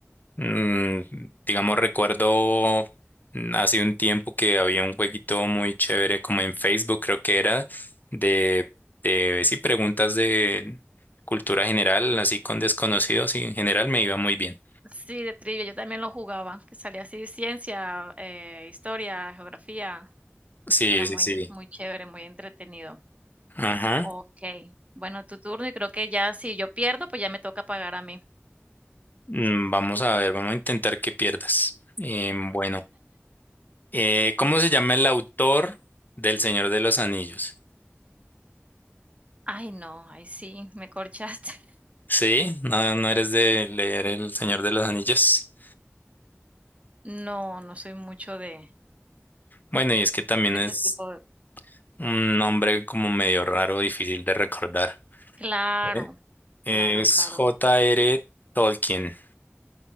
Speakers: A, on the left; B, on the right.
A: Mm, digamos, recuerdo mm, hace un tiempo que había un jueguito muy chévere como en Facebook, creo que era de, de sí, preguntas de cultura general, así con desconocidos y en general me iba muy bien.
B: Sí, de trivia, yo también lo jugaba, que salía así, ciencia, eh, historia, geografía,
A: Sí,
B: era
A: sí,
B: muy,
A: sí.
B: muy chévere, muy entretenido.
A: Ajá.
B: Okey. Bueno, tu turno y creo que ya si yo pierdo, pues ya me toca pagar a mí.
A: Mm, Vamos a ver, vamos a intentar que pierdas. Em, bueno, eh, ¿cómo se llama el autor del Señor de los Anillos?
B: Ay, no, ahí sí me corchaste. <laughs>
A: Sí, no, no eres de leer El Señor de los Anillos.
B: No, no soy mucho de
A: Bueno, y es que también
B: de
A: es
B: ese tipo de
A: Un nombre como medio raro, difícil de recordar.
B: claro,
A: ¿eh? Es
B: claro, claro.
A: J R Tolkien.